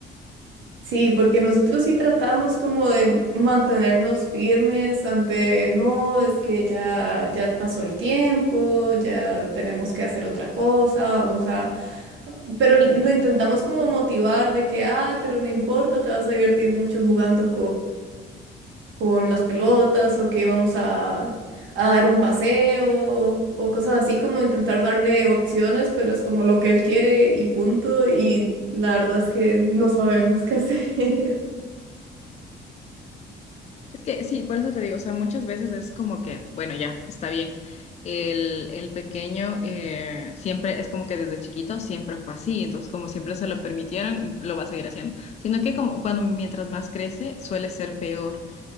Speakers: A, on the right (about 75°); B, on the left (about 35°).
A: sí, porque nosotros sí tratamos como de mantenernos firmes ante, no, es que ya, ya pasó el tiempo, ya tenemos que hacer otra cosa, vamos a, pero l- lo intentamos como motivar de que, ay, pero no importa, te vas a divertir mucho jugando con las pelotas o que vamos a, a dar un paseo o cosas así, como intentar darle opciones, pero es como lo que él quiere y punto, y la verdad es que no sabemos qué hacer. <laughs>
B: Es que sí, por eso te digo, o sea, muchas veces es como que, bueno, ya, está bien. El, el pequeño eh, siempre es como que desde chiquito siempre fue así, entonces como siempre se lo permitieron, lo va a seguir haciendo, sino que como cuando mientras más crece suele ser peor